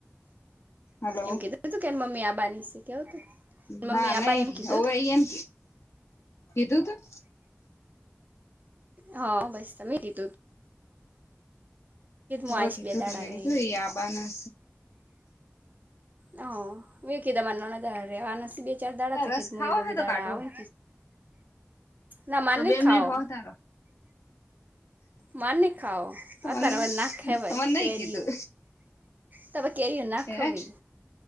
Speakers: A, on the left (about 75°); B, on the right (about 40°).
A: હલો
B: એમ કીધું ત તું કેને મમ્મ આ બાાનીશે કેવું તું
A: ના,
B: મમ્મી આબાને
A: નહી
B: એમ કીધું
A: હવે
B: તું
A: અહી એમ કીધું તું
B: હા, બસ તમે દી
A: ઓ
B: હું આઈશ
A: કીધું
B: બે દાડા
A: તું, મેમે
B: રહે
A: કીધું
B: એવી
A: એ આબના
B: હ વ કી દ મને અન બે ચાર દાડા
A: અલા
B: તકીત
A: રસ
B: મું
A: ખાવો
B: એ બ
A: હે
B: બી
A: તો
B: દાડા
A: કાઢો
B: આવન ના મ
A: તો બે
B: ખાઓ
A: મિનિટ હો તારો.
B: મા ન ખાઓ,
A: તમને
B: અત્યારે હવે ના ખહેવાય
A: તમને નઈ
B: કેરયું
A: કીધું
B: તમે, કે ના
A: હે.
B: ખ ભી